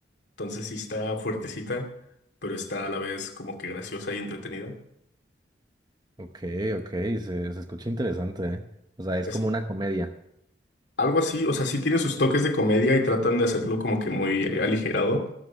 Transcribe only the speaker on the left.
Entonces sí está fuertecita, pero está a la vez como que graciosa y entretenida.
Es
algo así, o sea, sí tiene sus toques de comedia y tratan de hacerlo como que muy eh, aligerado,